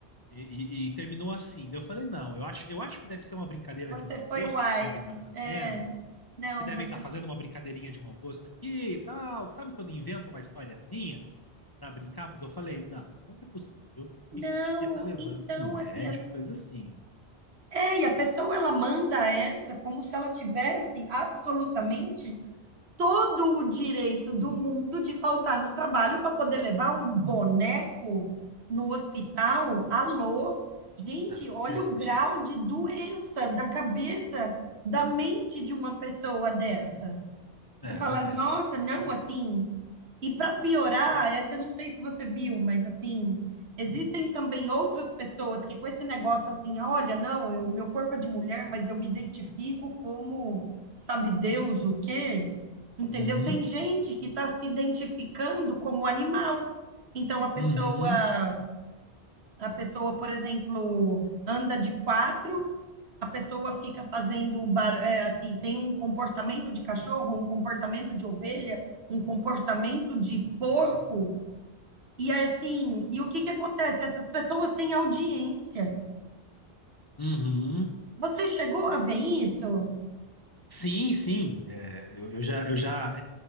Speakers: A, on the left; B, on the right.
A: E, e- e terminou assim. Daí Eu falei, não, eu acho, eu acho que deve ser uma brincadeira
B: você
A: de mau
B: foi
A: gosto
B: wise.
A: que devem estar fazendo,
B: É, não,
A: que devem
B: você.
A: estar fazendo uma brincadeirinha de mau gosto aqui e tal. que Sabe quando inventam uma historiazinha para brincar? Porque eu falei, não, não é possível
B: Não,
A: que gente que tá levando
B: então,
A: no médico,
B: assim, as-
A: coisa assim.
B: é, e a pessoa ela manda essa como se ela tivesse absolutamente todo o direito do mundo de faltar no trabalho para poder levar um boneco no hospital. Alô? Gente,
A: Não,
B: olha
A: não faz
B: o
A: sentido,
B: grau
A: né?
B: de doença da cabeça, da mente de uma pessoa dessa. Você
A: É,
B: fala,
A: não faz
B: nossa,
A: sentido.
B: não, assim, e para piorar, essa eu não sei se você viu, mas assim, existem também outras pessoas que com esse negócio assim, olha, não, eu, meu corpo é de mulher, mas eu me identifico como sabe Deus o quê? Entendeu?
A: Uhum.
B: Tem gente que está se identificando como animal. Então a pessoa
A: Uhum,
B: a pessoa, por exemplo, anda de quatro, a pessoa fica fazendo bar... é, assim, tem um comportamento de cachorro, um comportamento de ovelha, um comportamento de porco. E é assim, e o que que acontece? Essas pessoas têm audiência.
A: uhum.
B: Você chegou a ver isso?
A: Sim, sim. É, eu, eu já, eu já.